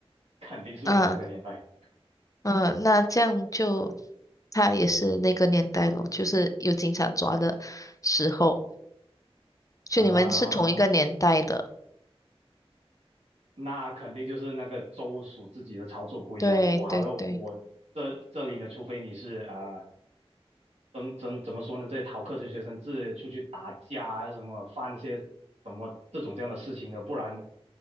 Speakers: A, on the right; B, on the left.
A: 肯定是我那个年代
B: 嗯嗯，那这样就他也是那个年代咯，就是有警察抓的时候，就你们是同一个年代的。
A: 啊。那肯定就是那个州属自己的操作不一样。
B: 对对对，
A: 我好像我这这里呢，除非你是啊、呃怎怎怎么说呢？这些逃课的学生自己出去打架啊，什么犯些什么这种这样的事情的，不然